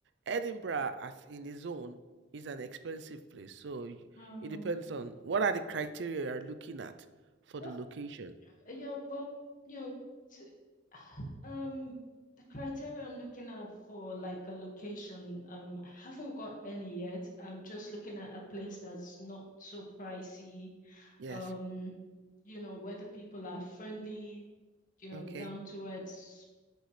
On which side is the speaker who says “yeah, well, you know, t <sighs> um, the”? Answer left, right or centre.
Left